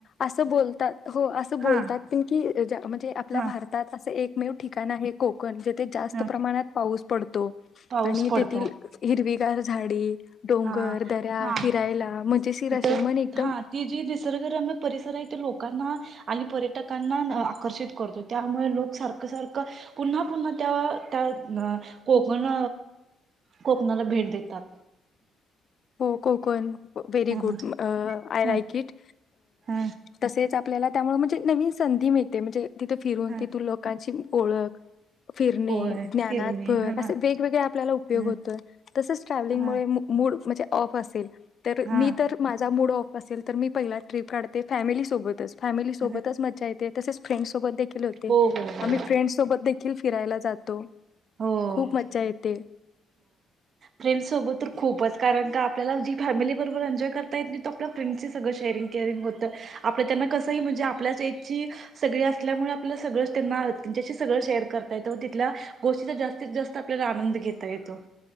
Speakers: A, on the left; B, on the right.
A: असं बोलतात हो असं बोलतात
B: हां
A: प की त्याच्या े आपल्या
B: हां
A: भारतात असे एक. मेव ठिकाण आहे कोक. थे जास्त
B: हां
A: प्रमाणात पाऊस पडतो
B: पाऊस
A: आणि
B: पडतो
A: तेथ हर चार झाडी डोंगर
B: हां
A: दऱ्या
B: हां
A: फिरायला म्हणजे ज शिराश
B: तिथं
A: मणे एकदम
B: हा ती जी निसर्गरम्य परिसर इथे लोकांना आणि पर्यटकांना आकर्षित करतो त्यामुळे लोक सारखं सारखं पुन्हा पुन्हा त्या त्या कोकण कोकणाला भेट देतात.
A: हो कोकण व्ेहेरी
B: हा
A: गुड आय लाईक
B: ह
A: इट
B: ह
A: तसेच आप आपल्याला त्यामु म्हणजे नवीन संधी मिळते म्हणजे तिथे फिरून
B: ह
A: तिथून लोकांची ओळख फिरणे
B: होय
A: ज्ञानात
B: फिरणे
A: भर
B: हा
A: असे वेगवेगळे आपल्याला उपयोग
B: ह
A: होतोय तसेच ट्रॅव्हलिंगमुळे
B: हा
A: मू म्हणजे ऑफ असेल. तर
B: हा
A: मी तर माझा मूड ऑफ असेल तर मी पहिला ट्रिप काढते फॅमिली सोबतच. फॅमिली सोबतच
B: हो
A: मजा येते तसेच फ्रेंडस सोबदखील होते
B: हो हो
A: आम्ही फ्रेंडसोबत देखील फिरायला जातो.
B: हो
A: खूप मज्जा येते.
B: फ्रेंड्सोबत तर खूपच कारण का आपल्याला जी फॅमिलीबरोबर एन्जॉय करता येत नाही तो आपल्या फ्रेंड्सची सगळं शेअरिंग केअरिंग होतं आपलं त्यांना कसंही म्हणजे आपल्याच एजची सगळी असल्यामुळे आपल्याला सगळंच त्यांना तुच्याशी सगळं शेअर करत तिथल्या गोष्टीचा जास्तीत जास्त आपल्याला आनंद घेता येतो.